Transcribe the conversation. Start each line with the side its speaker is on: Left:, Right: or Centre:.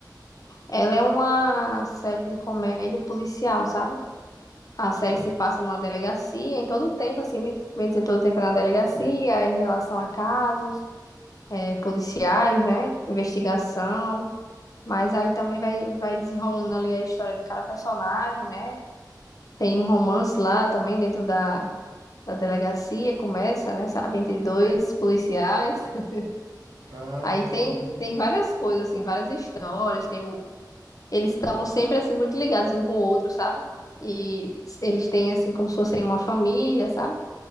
Left: Ela é uma série de comédia policial, sabe? A série
Right: Sim.
Left: se passa numa delegacia, em todo o tempo, assim, bem bem dizer, todo o tempo é na delegacia, é em relação a casos. é, policiais, né? Investigação. Mas aí também vai, vai desenrolando ali a história de cada personagem, né? Tem um romance lá também dentro da, da delegacia, começa, né? Sabe, entre dois policiais. <laughs>
Right: Ah,
Left: Aí
Right: entendi.
Left: tem, tem várias coisas, assim, várias histórias. Tem o, eles estão sempre, assim, muito ligados um com o outro, sabe? E eles têm, assim, como se fossem uma família, sabe?